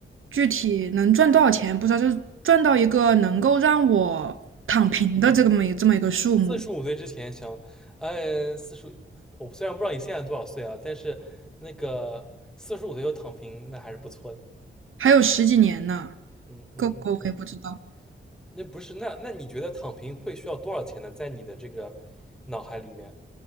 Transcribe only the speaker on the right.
具体能赚多少钱不知道，就是赚到一个能够让我躺平的这么一这么一个数目，
还有十几年呢，
够不够我也不知道。